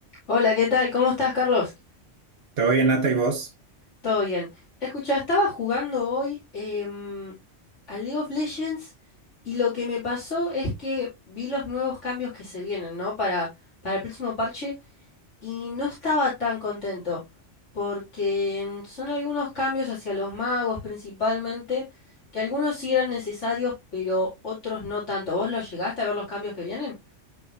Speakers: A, on the left; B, on the right.
A: Hola, ¿qué tal? ¿Cómo estás, Carlos?
B: ¿Todo bien, Nata y vos?
A: Todo bien. Escucha, estaba jugando hoy em, al League of Legends y lo que me pasó es que vi los nuevos cambios que se vienen, ¿no? Para, para el próximo parche y no estaba tan contento porque em, son algunos cambios hacia los magos principalmente, que algunos sí eran necesarios, pero otros no tanto. ¿Vos los llegaste a ver los cambios que vienen?